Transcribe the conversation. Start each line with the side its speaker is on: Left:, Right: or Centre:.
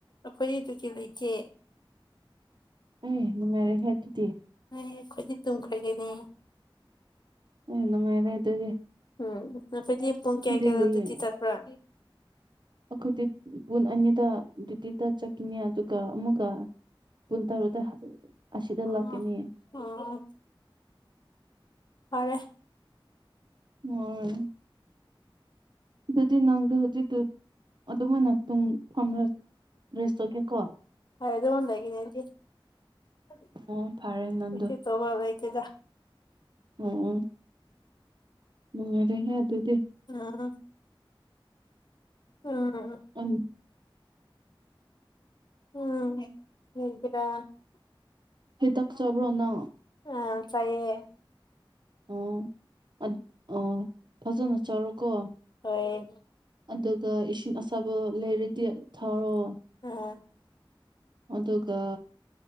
Left: ꯑꯩꯈꯣꯏꯗꯤ ꯑꯗꯨꯗꯤ ꯂꯩꯇꯦ
Right: ꯑꯦ ꯅꯣꯡꯉꯥꯏꯔꯦ ꯍꯦ ꯑꯗꯨꯗꯤ
Left: ꯍꯣꯏ ꯑꯩꯈꯣꯏꯗꯤ ꯇꯨꯝꯈ꯭ꯔꯒꯦꯅꯦ
Right: ꯏꯅ ꯅꯨꯡꯉꯥꯏꯔꯦ ꯑꯗꯨꯗꯤ
Left: ꯎꯝ ꯅꯈꯣꯏꯗꯤ ꯄꯨꯡꯟ
Right: ꯑꯩꯈꯣꯏꯗꯤ
Left: ꯀꯌꯥ ꯀꯦꯗ
Right: ꯂꯩꯌꯦ
Left: ꯑꯗꯨꯇꯤ ꯆꯥꯠ ꯄꯨꯔ
Right: ꯑꯩꯈꯣꯏꯗꯤ ꯄꯨꯡ ꯑꯅꯤꯗ ꯗ꯭ꯎꯥꯇꯤꯗ ꯆꯠꯈꯤꯅꯤ ꯑꯗꯨꯒ ꯑꯃꯒ ꯀꯨꯟ ꯇꯔꯨꯗ ꯑꯁꯤꯗ
Left: ꯑꯣ
Right: ꯂꯥꯛꯀꯅꯤ
Left: ꯑꯣ ꯐꯔꯦ
Right: ꯑꯣꯝ ꯑꯗꯨꯗꯤ ꯅꯪꯗꯨ ꯍꯧꯖꯤꯛꯇ ꯑꯗꯨꯃꯥꯏꯅ ꯐꯝꯔ ꯔꯦꯁ ꯇꯧꯒꯦꯀꯣ
Left: ꯍꯣꯏ ꯑꯗꯨꯝꯃꯥꯏ ꯂꯩꯒꯅꯤ ꯑꯩꯗꯤ ꯌꯨꯇꯨꯕ
Right: ꯑꯣ ꯐꯔꯦ ꯅꯪꯗꯣ
Left: ꯇꯎꯕꯥ ꯂꯦꯏꯇꯦꯗꯥ
Right: ꯑꯣ ꯅꯨꯡꯉꯔꯦꯍꯦ ꯑꯗꯨꯗꯤ
Left: ꯎꯝ ꯎꯝ
Right: ꯎꯝ
Left: ꯎꯝ ꯍꯒꯔꯥ
Right: ꯍꯗꯥꯛ ꯆꯕꯔꯣ ꯅꯪ
Left: ꯑ ꯆꯌꯦ
Right: ꯑꯣ ꯑ ꯐꯖꯅ ꯆꯠꯔꯣꯀꯣ
Left: ꯍꯣꯏ
Right: ꯑꯗꯨꯒ ꯏꯁꯤꯡ ꯑꯁꯥꯕ ꯂꯩꯔꯗꯤ ꯊꯥꯎꯔꯣ
Left: ꯎꯝ
Right: ꯑꯗꯨꯒ